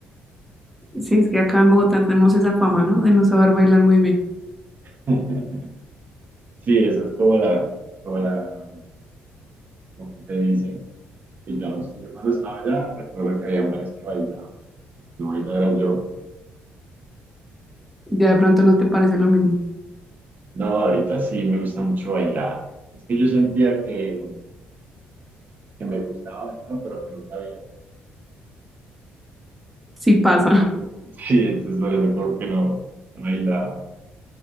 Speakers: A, in the centre; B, on the right.
A: Sí, es que acá en Bogotá tenemos esa fama, ¿no? De no saber bailar muy bien.
B: <laughs> Sí, esa es como la, como la, lo que te dice. Y yo no sé, yo cuando estaba allá recuerdo que había hombres que bailaban. No, ahorita era yo.
A: Ya de pronto no te parece lo mismo.
B: No, ahorita sí me gusta mucho bailar. Es que yo sentía que, que me gustaba bailar, pero que no sabía.
A: Sí
B: <laughs>
A: pasa.
B: Entonces,
A: <laughs>
B: Sí, entonces por eso como que no no bailaba.